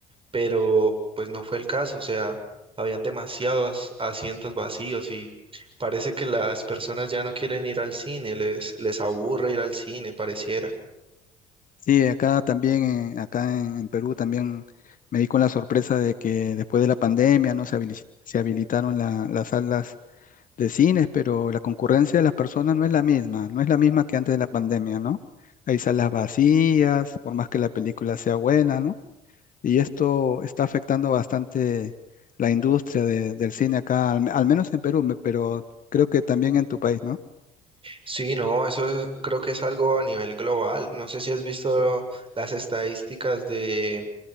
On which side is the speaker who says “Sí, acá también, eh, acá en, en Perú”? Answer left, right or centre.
Left